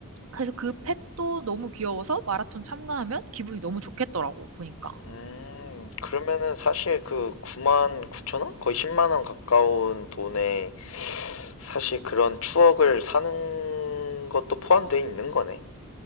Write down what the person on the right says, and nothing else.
그래서 그 팩도 너무 귀여워서 마라톤 참가하면 기분이 너무 좋겠더라고 보니까.